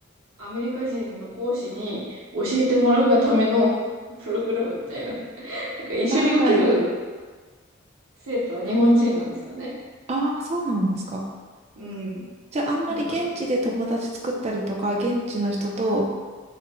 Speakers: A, on the right; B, on the right.
A: アメリカ人の講師に教えてもらうがための <laughs> プログラムみたいな。なんか一緒に受ける
B: ああ、はい。
A: 生徒は日本人なんですよね。
B: ああ、そうなんですか。
A: うん。
B: じゃあ、あんまり現地で友達作ったりとか、
A: なんか、
B: 現地の人と